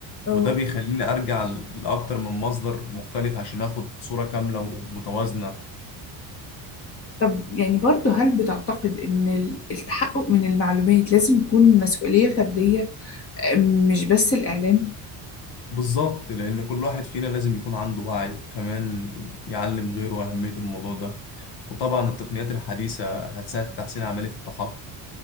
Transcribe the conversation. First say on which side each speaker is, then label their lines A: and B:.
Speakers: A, on the left; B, on the left.
A: اه
B: وده بيخليني ارجع ل- لاكتر من مصدر مختلف عشان اخد صوره كامله ومتوازنه
A: طب يعني برضه هل بتعتقد إن ال- التحقق من المعلومات لازم يكون مسؤولية فردية آه، مش بس الإعلام؟
B: بالظبط لان كل واحد فينا لازم يكون عنده وعي وكمان يعلم غيره اهميه الموضوع ده وطبعا التقنيات الحديثه هتساعد في تحسين عمليه التحقق